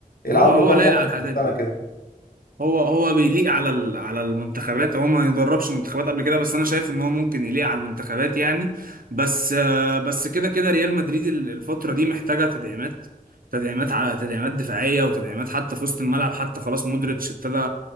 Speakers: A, on the left; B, on the right.
A: يلعب
B: هو هو
A: له كام
B: لايق
A: ماتش
B: على الحاجات
A: في السنة
B: دي
A: كده
B: هو هو بيليق على ال- على المنتخبات هو ما يدربش منتخبات قبل كده بس انا شايف ان هو ممكن يليق على المنتخبات يعني بس آه، بس كده كده ريال مدريد ال- الفترة دي محتاجة تدعيمات تدعيمات على تدعيمات دفاعية وتدعيمات حتى في وسط الملعب حتى خلاص مودريتش ابتدى